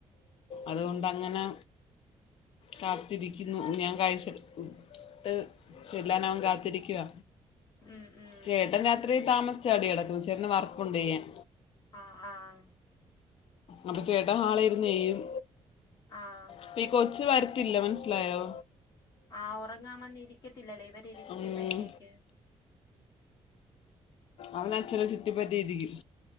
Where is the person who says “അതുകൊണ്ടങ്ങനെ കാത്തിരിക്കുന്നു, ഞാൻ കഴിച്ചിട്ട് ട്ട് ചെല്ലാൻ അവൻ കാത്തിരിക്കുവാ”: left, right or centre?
Left